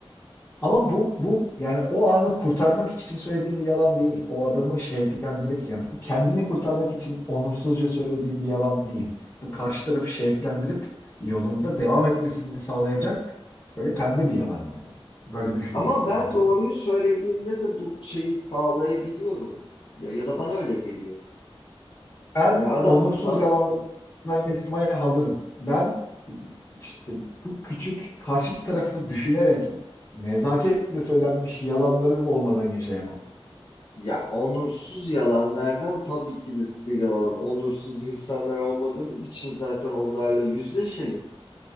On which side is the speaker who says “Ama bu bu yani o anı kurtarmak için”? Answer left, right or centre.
Left